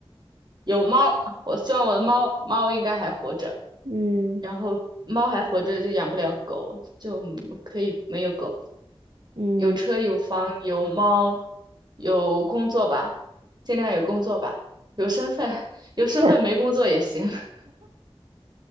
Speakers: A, on the right (about 45°); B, on the right (about 70°).
A: 有猫。我希望我的猫猫应该还活着，
B: 嗯
A: 然后猫还活着就养不了狗，就可以没有狗。
B: 嗯，
A: 有车有房有猫，有工作吧，尽量有工作吧，有身份，<laughs> 有身份没工作也行。
B: <laughs>
A: <laughs>